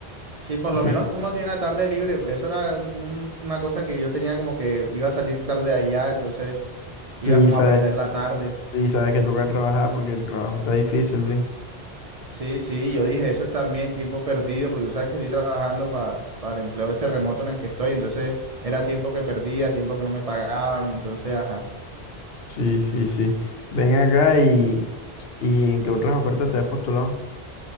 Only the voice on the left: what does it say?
así
es.
Sí,
sabes,
sí, sabes que toca trabajar porque el trabajo está difícil, Luis.
Sí, sí, sí. Ven acá y, y ¿en qué otras ofertas te has postulado?